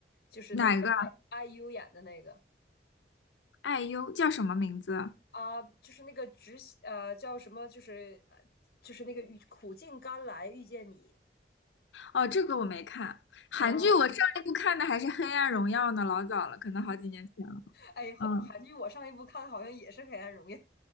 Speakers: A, on the left; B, on the left.
A: 就是那个
B: 哪个？
A: I IU 演的那个。
B: 爱优叫什么名字？
A: 啊，就是那个直呃叫什么，就是呃就是那个遇苦尽甘来遇见你。
B: 哦，这个我没看。韩剧我上一部看的还是《黑暗荣耀》呢，
A: 啊！
B: 老早了，可能好几年前了。
A: 哎，韩韩剧我上一部看好像也是《黑暗荣耀》，
B: 嗯，